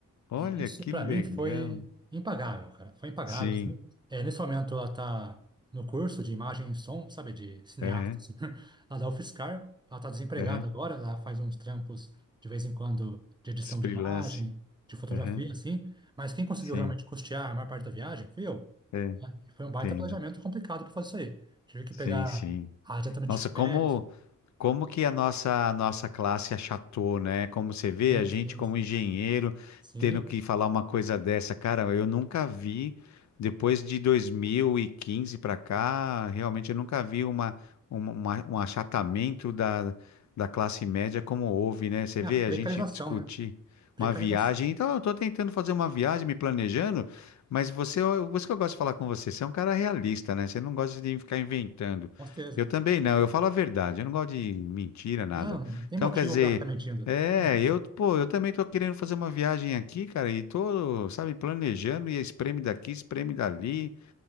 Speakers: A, on the left; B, on the right.
A: Olha
B: E isso
A: que
B: para
A: legal.
B: mim foi impagável, cara. Foi impagável,
A: Sim,
B: assim. É, nesse momento ela tá no curso de imagem e som, sabe, de cineasta,
A: aham,
B: assim. <laughs> Ela dá UFSCar, ela tá desempregada
A: aham.
B: agora, ela faz uns trampos de vez em quando de edição
A: Freelance.
B: de imagem, de fotografia,
A: Aham,
B: assim. Mas quem conseguiu
A: sim,
B: realmente custear a maior parte da viagem fui eu.
A: é,
B: né? E Foi um baita
A: entendo.
B: planejamento complicado para fazer isso aí. Tive que
A: Sim,
B: pegar
A: sim.
B: ah, exatamente
A: Nossa,
B: de férias.
A: como como que a nossa a nossa classe achatou, né? Como você vê,
B: Sim,
A: a gente
B: sim,
A: como
B: sim.
A: engenheiro
B: Sim.
A: tendo que falar uma coisa dessa, cara, eu nunca vi depois de 2015 para cá, realmente eu nunca vi uma, uma, uma- um achatamento da, da classe média como houve, né? Você
B: É
A: vê
B: a precarização,
A: a gente discutir
B: né? Precarização,
A: uma viagem. Então, eu tô tentando fazer uma viagem, me planejando, mas você, por isso que eu gosto de falar com você, você é um cara realista, né? Você não gosta de ficar inventando.
B: com certeza.
A: Eu também não, eu falo a verdade, eu não gosto de mentira, nada.
B: Não, não tem
A: Então,
B: motivo
A: quer dizer,
B: para ficar mentindo.
A: é,
B: Não tem motivo.
A: eu, pô, eu também tô querendo fazer uma viagem aqui, cara, e tô, sabe, planejando e é espreme daqui, espreme dali.